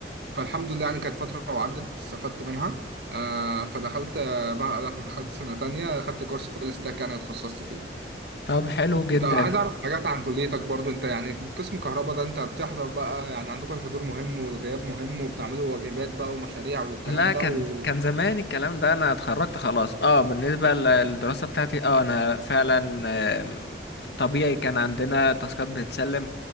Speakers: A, on the right; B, on the left.
A: فالحمد لله يعني كانت فترة وعدت استفدت منها آه فدخلت آه، بقى <laughs> لما دخلت سنة تانية خدت كورس فول ستاك يعني وتخصصت فيه
B: طب حلو جدا
A: انت عايز اعرف حاجات عن كليتك برضو انت يعني قسم كهرباء ده انت بتحضر بقى يعني عندكم الحضور مهم والغياب مهم وبتعملوا واجبات بقى ومشاريع والكلام
B: لا
A: ده
B: كان
A: و...
B: كان زمان الكلام ده انا اتخرجت خلاص اه بالنسبه ل- للدراسه بتاعتي اه انا فعلا آم، طبيعي كان عندنا تاسكات بتتسلم